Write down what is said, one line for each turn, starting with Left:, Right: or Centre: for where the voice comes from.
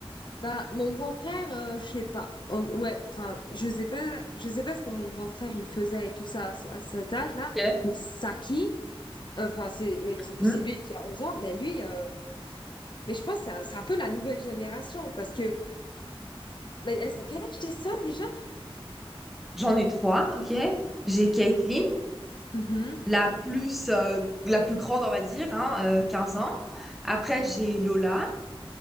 Left: Bah mon grand frère, euh, je sais pas. En- ouais, enfin, je sais pas, je sais pas ce que mon grand frère il faisait et tout ça à, ce- à cet âge-là,
Centre: Ok.
Left: mais Saki, euh, enfin c'est ouais, du coup
Centre: Hmm.
Left: c'est lui qui a 11 ans, mais lui euh, mais je pense que c'est un, c'est un peu la nouvelle génération parce que mais elles ont quel âge tes sœurs déjà?
Centre: J'en ai trois, ok? J'ai Caitlin.
Left: Mhm.
Centre: la plus, euh, la plus grande, on va dire, hein, euh, 15 ans. Après, j'ai Lola,